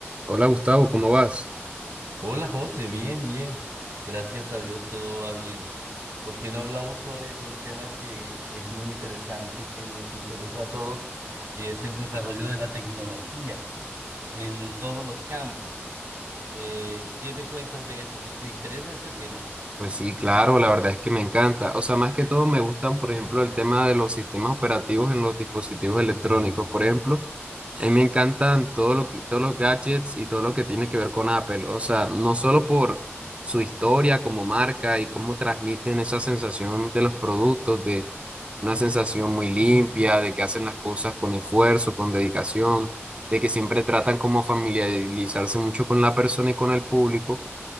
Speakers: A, on the right; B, on the right.
A: Hola Gustavo, ¿cómo vas?
B: Hola José, bien, bien. Gracias a Dios todo va bien. ¿Por qué no hablamos hoy de un tema que es muy interesante, que nos interesa a todos, y es el desarrollo de la tecnología en todos los campos? Eh, ¿qué me cuentas de eso? ¿Te interesa ese tema?
A: Pues sí, claro, la verdad es que me encanta. O sea, más que todo me gustan, por ejemplo, el tema de los sistemas operativos en los dispositivos electrónicos. Por ejemplo, a mí me encantan todo lo que, todos los gadgets y todo lo que tiene que ver con Apple. O sea, no solo por su historia como marca y cómo transmiten esa sensación de los productos, de una sensación muy limpia, de que hacen las cosas con esfuerzo, con dedicación, de que siempre tratan como familiarizarse mucho con la persona y con el público